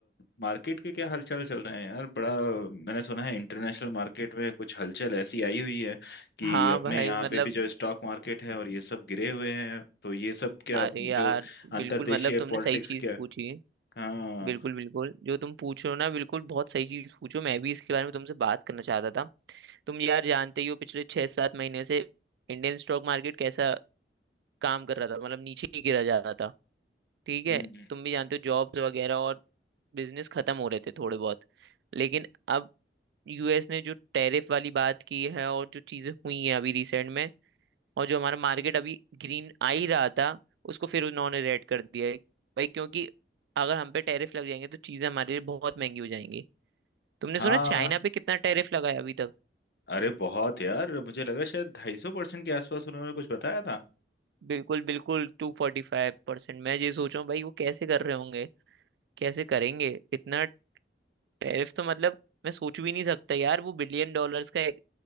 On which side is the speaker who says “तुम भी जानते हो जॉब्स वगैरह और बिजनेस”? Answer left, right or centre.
Right